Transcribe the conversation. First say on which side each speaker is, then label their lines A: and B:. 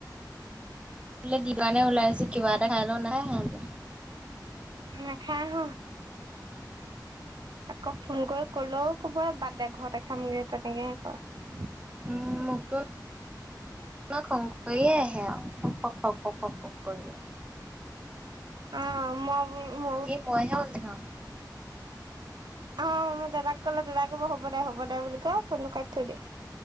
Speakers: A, on the right; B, on the right.
A: বোলে দিবে ওলাইছে কিবা এটা খাই ল নাই সহঁতে
B: মখ আহ আকৌ ফোন কৰি ক'লেও ক'ব বাদ দে ঘৰত এ খামগৈ তেনেকেহে কয়
A: উ মোকত শংকৰয়ে আহে আৰু প পক পক পকৈ
B: অ ম ম
A: মইহে উল দেখাও।
B: অ মই দাদাক ক'লে দাদা কব হ'ব দে হ'ব দে বুলি ক ফোনটো ক থঠাকিয়